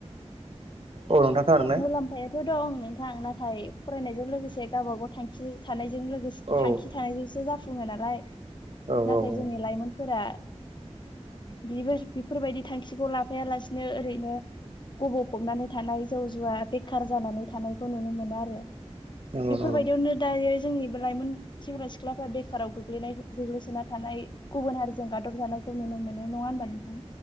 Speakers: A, on the right; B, on the left.
A: औ नोंथां खोनादों ने
B: मुलाम्फायाथ' दं नोंथां नाथाय फरायनायजों लोगोसे गावब गाव थांखि थानाय जों लोगोसे
A: औ
B: थांखि थानायजोंसो जाफुङो नालाय
A: औ
B: नाथाय
A: औ औ
B: जोंनि लाइमोनफोरा
A: <inaudible>
B: बेबो बेफोरबायदि थांखिखौ लाफायालासिनो ओरैनो गबवफबनानै थानाय जौ जुवा बेखार जानानै थानायखौ नुनो मोनो आरो
A: नंगौ
B: बेफोरबायदियावनो
A: नंगौ
B: दायो जोंनिबो लाइमोन सेंग्रा सिख्लाफ्रा बेखाराव गो्लैनाय गोग्लैसोना थानाय गुबुन हारिजों गादब जानाय खौ नुनो मोनो नङा होनबा नोंथां?